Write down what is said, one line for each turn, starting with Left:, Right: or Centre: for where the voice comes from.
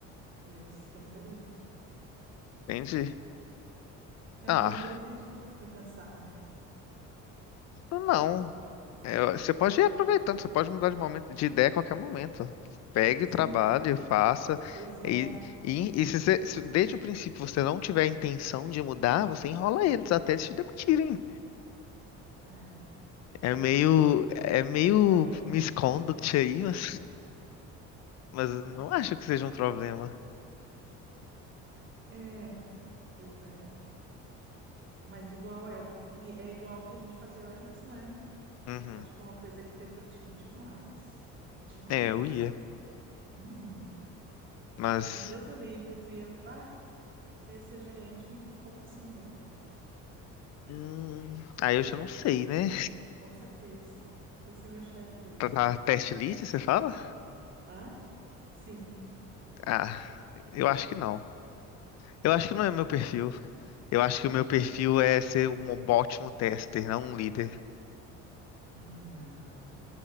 Right: E eu disse que eu mudaria.
Left: Entendi.
Right: Eu
Left: Ah,
Right: não deveria ter dito sem pensar, né?
Left: não. É, você pode ir aproveitando, você pode mudar de momento, de ideia a qualquer momento. Pegue,
Right: Sim.
Left: trabalhe, faça.
Right: Pois é,
Left: E, e, e se você, se desde o princípio você não tiver a intenção de mudar, você enrola eles até eles te demitirem.
Right: é,
Left: É
Right: tu
Left: meio,
Right: acha?
Left: é meio
Right: Fica no.
Left: misconduct aí, mas, mas eu
Right: <laughs>
Left: não acho que seja um problema.
Right: É, pois é. Mas igual é o que. E é igual o que a gente fazia antes, né?
Left: Uhum.
Right: Acho que é uma coisa que tu ia curtir demais. Demais.
Left: É, eu ia,
Right: Uhum.
Left: mas
Right: E Deus o livre, tu ia. Bah, tu ia ser gerente em pouquíssimo tempo lá.
Left: hum, aí eu já não sei,
Right: Com
Left: né?
Right: cer- com certeza. Tu ia ser meu chefe daí
Left: Pra
Right: lá.
Left: pra test lead, você fala?
Right: Hã? Sim.
Left: Ah, eu acho que não. Eu acho que não é meu perfil. Eu acho
Right: Por
Left: que o meu
Right: quê?
Left: perfil é ser um ótimo tester, não um líder.
Right: Não,